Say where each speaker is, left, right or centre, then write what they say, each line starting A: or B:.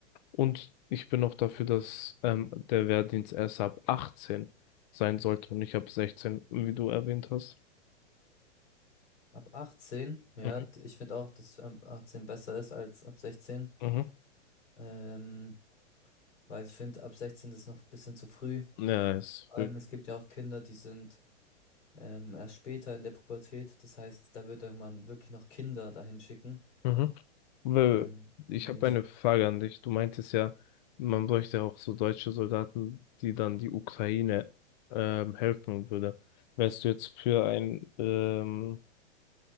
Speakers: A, on the left (about 40°); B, on the left (about 85°).
A: Und ich bin auch dafür, dass ähm, der Wehrdienst erst ab 18 sein sollte und nicht ab 16, wie du erwähnt hast.
B: Ab 18, ja,
A: Mhm.
B: d- ich finde auch, dass ab 18 besser ist als ab 16,
A: Mhm.
B: ähm, weil ich finde, ab 16 ist noch ein bisschen zu früh.
A: Ja, es
B: Vor allem,
A: wird.
B: es gibt ja auch Kinder, die sind ähm, erst später in der Pubertät. Das heißt, da würde man wirklich noch Kinder dahin schicken.
A: Mhm. Weil
B: Ähm,
A: Ich
B: finde
A: habe
B: ich.
A: eine Frage an dich. Du meintest ja, man bräuchte ja auch so deutsche Soldaten, die dann die Ukraine ähm, helfen würde. Wärst du jetzt für ein ähm,